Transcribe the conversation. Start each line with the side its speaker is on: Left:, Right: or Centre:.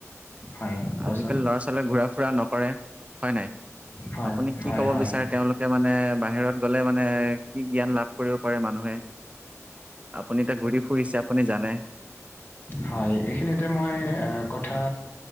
Left: হয় কোৱাচোন
Right: আজিকালি ল'ৰা ছোৱালীয়ে ঘূৰা ফুৰা নকৰে, হয় নাই?
Left: হয়
Right: আপুনি কি
Left: হয়
Right: ক'ব
Left: হয়
Right: বিচাৰে তেওঁলোকে মানে, বাহিৰত গলে মানে কি জ্ঞান লাভ কৰিব পাৰে মানুহে, আপুনি এতিয়া ঘূৰি ফুৰিছে। আপুনি জানে
Left: হয়, এইখিনিতে মই কথা,